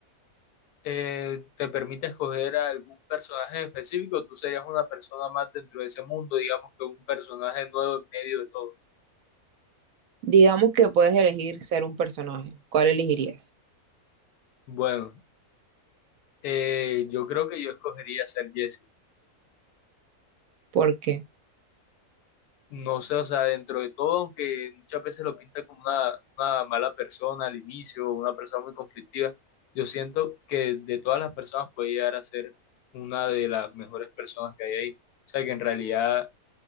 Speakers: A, on the left; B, on the right.
A: eh, te permite escoger a algún personaje específico, tú serías una persona más dentro de ese mundo, digamos que un personaje nuevo en medio de todo.
B: Digamos que puedes elegir ser un personaje, ¿cuál elegirías?
A: Bueno, eh, yo creo que yo escogería ser Jesse.
B: ¿Por qué?
A: No sé, o sea, dentro de todo, aunque muchas veces lo pinta como una, una mala persona al inicio, una persona muy conflictiva, yo siento que de todas las personas puede llegar a ser una de las mejores personas que hay ahí. O sea, que en realidad